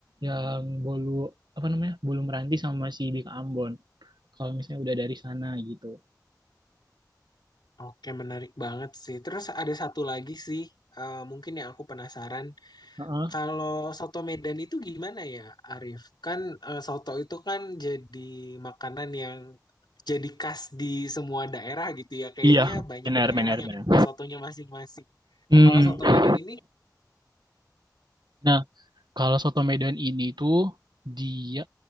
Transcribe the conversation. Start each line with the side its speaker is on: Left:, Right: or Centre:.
Right: yang bolu apa namanya bolu meranti sama si Bika Ambon. Kalau misalnya udah dari sana gitu.
Left: Oke menarik banget sih. Terus ada satu lagi sih eh, mungkin yang aku penasaran
Right: Heeh.
Left: kalau soto Medan itu gimana ya Arif? Kan eh, soto itu kan jadi makanan yang jadi khas di semua daerah gitu ya. Kayaknya
Right: Iya,
Left: banyak
Right: benar
Left: daerah
Right: benar
Left: yang
Right: benar.
Left: punya sotonya masing-masing.
Right: Hmm.
Left: Nah, kalau soto Medan ini
Right: Nah, kalau soto Medan ini tuh dia